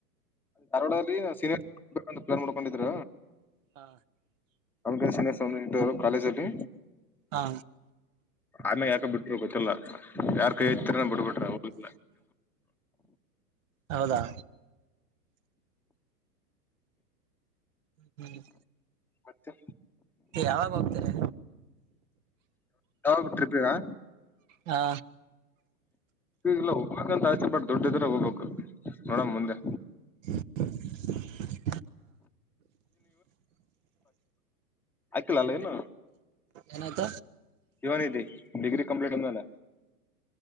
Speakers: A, in the centre; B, on the right (about 50°).
A: ಧಾರವಾಡದಲ್ಲಿ ಸೀನಿಯರ್ <unintelligible> ಪ್ಲಾನ್ ಮಾದಕ್ಕೊಂಡಿದ್ರ.
B: ಹಾ.
A: ನಮ್ಮಕಸಿಂದ ಸ್ವಾಮಿನ ಇಟ್ಟಿವಿ ಕಾಲೇಜಲ್ಲಿ.
B: ಹಾ.
A: ಆಮೇಲ್ ಯಾಕ ಬಿಟ್ಟರ ಗೊತ್ತಿಲ್ಲ ಯಾರ್ ಕೈ ಬಿಡ್ಬಿಟ್ರ ಹೋಗಿಲ್ಲ.
B: ಹೌದಾ. ಹ್ಮ ಹ್ಮ್.
A: ಮತ್ತೆ
B: ಯಾವಾಗ ಹೋಗ್ತಾರೆ.
A: ಯಾವಾಗ್ ಟ್ರಿಪ್ಪಿಗಾ.
B: ಹಾ.
A: ಈಗಲ್ಲ ಹೋಗಂತ ಆಸೆ ಬಟ್ ದುಡ್ಡಿದ್ರ ಹೋಗ್ಬೇಕು ನೋಡಣ ಮುಂದೆ.
B: <inaudible>
A: ಹಾಕಿಲ್ಲ ಅಲ್ಲ ಇನ್ನು.
B: ಎನತ.
A: ಯುವನಿಧಿ ಡಿಗ್ರಿ ಕಂಪ್ಲೀಟ್ ಆದ್ಮೇಲ್.